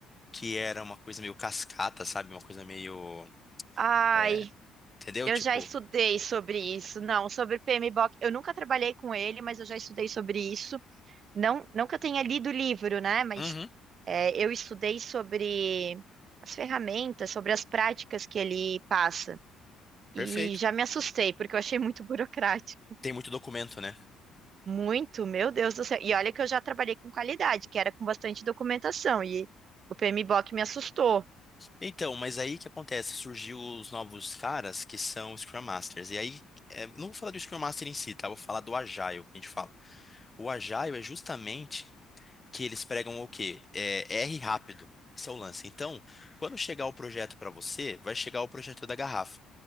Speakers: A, on the left; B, on the right.
A: que era uma coisa meio cascata, sabe? Uma coisa meio.
B: Ai,
A: é, Entendeu?
B: eu
A: Tipo.
B: já estudei sobre isso. Não, sobre P M B o PMBOK. Eu nunca trabalhei com ele, mas eu já estudei sobre isso. Não, não que eu tenha lido o livro, né? Mas
A: Uhum,
B: é, eu estudei sobre as ferramentas, sobre as práticas que ele passa. E
A: perfeito.
B: já me assustei, porque eu achei muito <laughs> burocrático.
A: Tem muito documento, né?
B: Muito, meu Deus do céu. E olha que eu já trabalhei com qualidade, que era com bastante documentação. E o PMBOK me assustou.
A: Então, mas aí que acontece? Surgiu os novos caras que são Scrum Masters. E aí, é, não vou falar do Scrum Master em si, tá? Vou falar do Agile que a gente fala. O Agile é justamente que eles pregam o quê? É, R rápido. Esse é o lance. Então, quando chegar o projeto para você, vai chegar o projeto da garrafa.